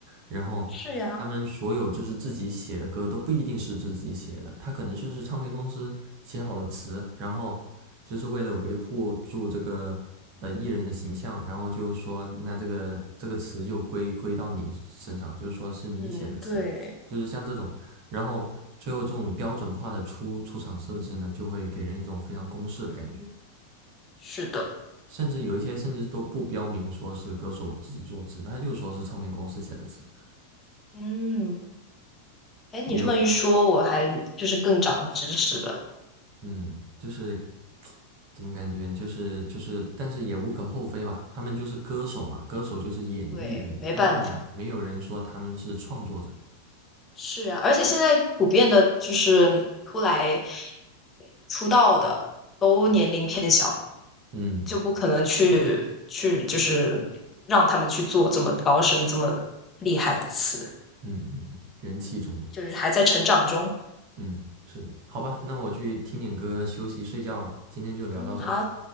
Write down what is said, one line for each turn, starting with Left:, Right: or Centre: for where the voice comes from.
Right: 然后他们所有就是自己写的歌都不一定是自己写的，
Left: 是呀，
Right: 他可能就是唱片公司写好了词，然后就是为了维护住这个呃艺人的形象，然后就说那这个这个词就归归到你身上，就是说是你写的词，
Left: 嗯，对，
Right: 就是像这种，然后最后这种标准化的出出厂设置呢，就会给人一种非常公式的感觉。
Left: 是的，
Right: 甚至有一些甚至都不标明说是歌手自己作词，他就说是唱片公司写的词，
Left: 嗯，哎，你这么一说，
Right: 也有
Left: 我还就是更长知识了。
Right: 嗯，就是怎么感觉就是就是但是也无可厚非吧，他们就是歌手嘛，歌手就是演绎的嘛，
Left: 对，没办法。
Right: 他们也没有人说他们是创作者。
Left: 是啊，而且现在普遍的就是出来出道的都年龄偏小，
Right: 嗯，
Left: 就不可能去去就是让他们去做这么高深、这么厉害的词，
Right: 嗯嗯嗯，人气重要。
Left: 就是还在成长中。
Right: 嗯，是的，好吧，那我去听点歌休息睡觉了，今天就聊到这儿，
Left: 嗯，好，